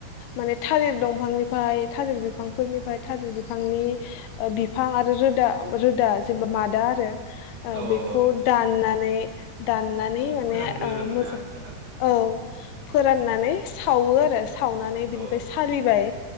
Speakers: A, on the left; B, on the right.
A: माने थालिर दंफांनिफ्राय थालिर बिफांफोरनिफ्राय थालिर बिफांनि बिफां आरो रोदा रोदा जेनेबा मादा आरो
B: औ
A: बेखौ
B: औ
A: दाननानै बे दाननानै
B: औ
A: माने
B: फोरानगोरोमोन
A: ओ मोजां
B: ना फोरान
A: औ फोराननानै सावो आरो सावनानै बिनिफ्राय
B: औ
A: सालिबाय